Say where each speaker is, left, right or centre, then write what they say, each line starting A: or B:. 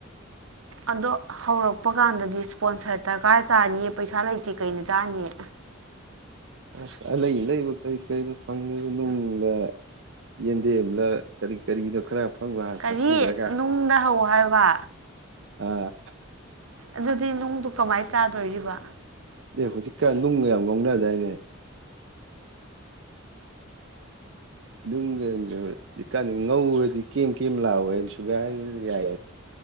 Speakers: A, on the right (about 60°); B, on the right (about 75°).
A: <unintelligible>
B: ꯑꯗꯣ ꯍꯧꯔꯛꯄ ꯀꯥꯟꯗꯗꯤ ꯏꯁꯄꯣꯟꯁꯔ ꯗꯔꯀꯥꯔ ꯆꯥꯅꯤꯌꯦ ꯄꯩꯁꯥ ꯂꯩꯇꯦ ꯀꯩꯅ ꯆꯥꯅꯤꯌꯦ
A: ꯑ ꯑ ꯂꯩ ꯂꯩꯕ ꯀꯔꯤ ꯀꯔꯤꯗꯣ ꯐꯪꯉꯤꯕ ꯅꯨꯡꯗ ꯌꯦꯟꯗꯦꯝ ꯑꯃꯂ ꯀꯔꯤ ꯀꯔꯤꯅꯣ ꯈꯔ ꯑꯐꯪꯕ ꯍꯥꯟꯅ
B: ꯀꯔꯤ
A: ꯆꯥꯁꯤꯟꯈ꯭ꯔꯒ
B: ꯅꯨꯡꯗ ꯍꯧ ꯍꯥꯏꯕ
A: ꯑꯥ
B: ꯑꯗꯨꯗꯤ ꯅꯨꯡꯗꯨ ꯀꯃꯥꯏꯅ ꯆꯥꯗꯣꯔꯤꯕ
A: ꯑꯦ ꯍꯧꯖꯤꯛꯀꯥꯟ ꯅꯨꯡꯒ ꯌꯥꯝ ꯉꯧꯅꯗꯥꯏꯅꯦ ꯅꯨꯡꯖꯤꯛ ꯀꯥꯟ ꯉꯧꯔꯗꯤ ꯀꯦꯝ ꯀꯦꯝ ꯂꯥꯎꯑꯣꯦ ꯍꯥꯏꯕ ꯁꯨꯒꯥꯏ ꯌꯥꯏ